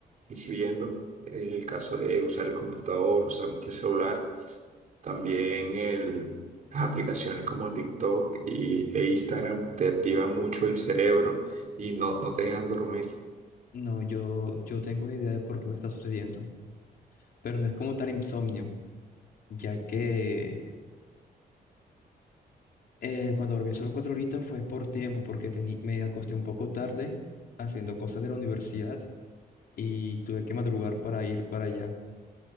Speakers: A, on the right; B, on the left.
A: ingiriendo en el caso de usar el computador, usar mucho el celular, también el, las aplicaciones como TikTok y, e Instagram te activan mucho el cerebro y no, no te dejan dormir.
B: No, yo, yo tengo una idea de por qué me está sucediendo, pero no es como tal insomnio, ya que eh, cuando dormí solo cuatro horitas fue por tiempo, porque tení- me acosté un poco tarde haciendo cosas de la universidad y tuve que madrugar para ir para allá.